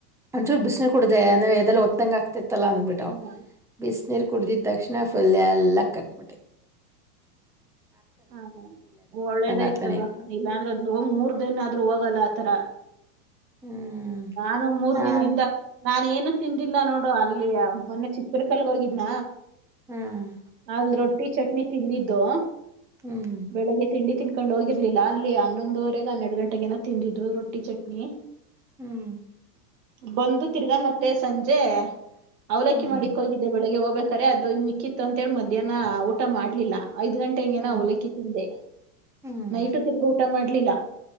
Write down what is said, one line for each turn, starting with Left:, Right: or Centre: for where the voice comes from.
Centre: ಒಂಚೂರು ಬಿಸ್ನೀರ್ ಕುಡ್ದೆ ಅದೆ ಎದೆಲ್ ಒತ್ತಂಗ್ ಆಗ್ತಿತ್ ತಲ್ಲ ಅಂದ್ಬಿಟ್ಟು
Right: ಹ್ಮ್
Centre: ಬಿಸ್ ನೀರ್ ಕುಡಿದಿದ್ತಕ್ಷಣ ಫುಲ್ ಎಲ್ಲ ಕ್ಕಕ್ಬಿಟ್ಟೆ.
Right: ಹ ಒಳ್ಳೇದಾಯ್ತತಗ
Centre: ಆಗ್ತಾನೆ ಇತ್ತು
Right: ಇಲ್ಲಾ ಅಂದ್ರೆ ಹೋಗ್ ಮೂರ್ ದಿನ ಆದ್ರೂ ಹೋಗಲ್ಲ ಆತರ.
Centre: ಹ್ಮ್
Right: ನಾನು ಮೂರ್
Centre: ಹಾ
Right: ದಿನ್ದಿಂದ ನಾನೇನು ತಿಂದಿಲ್ಲ ನೋಡು ಅಲ್ಲಿ ಆ ಮೊನ್ನೆ ಚಿತ್ತೂರ್ಕಲ್ಗ್ ಹೋಗಿದ್ನ.
Centre: ಹ್ಮ್
Right: ಅಲ್ ರೊಟ್ಟಿ ಚಟ್ನಿ ತಿಂದಿದ್ದು.
Centre: ಹ್ಮ್
Right: ಬೆಳಿಗ್ಗೆ ತಿಂಡಿ ತಿನ್ಕ ಕೊಂಡ್ ಹೋಗಿರ್ಲಿಲ್ಲ ಅಲ್ಲಿ ಹನ್ನೊಂದುವರೆಗೆ ಹನ್ನೆರಡ್ಗಂಟೆಗೇನ ತಿಂದಿದ್ರು ರೊಟ್ಟಿ ಚಟ್ನಿ.
Centre: ಹ್ಮ್
Right: ಬಂದು ತಿರ್ಗಾ ಮತ್ತೆ ಸಂಜೆ ಅವಲಕ್ಕಿ
Centre: ಹ್ಮ್
Right: ಮಾಡಿಕ್ ಹೋಗಿದ್ದೆ ಬೆಳಗ್ಗೆ ಹೋಗ್ಬೇಕು ಖರೆ ಅದು ಮಿಕ್ಕಿತ್ತು ಅಂತೇಳಿ ಮಧ್ಯಾಹ್ನ ಊಟ ಮಾಡ್ಲಿಲ್ಲ. ಐದ್ ಗಂಟೆ ಹಿಂಗೆನ
Centre: ಹ್ಮ್
Right: ಅವಲಕ್ಕಿ ತಿಂದೆ
Centre: ಹ್ಮ್ ಹ್ಮ್
Right: ನೈಟು ತಿರುಗ್ ಊಟ ಮಾಡ್ಲಿಲ್ಲ.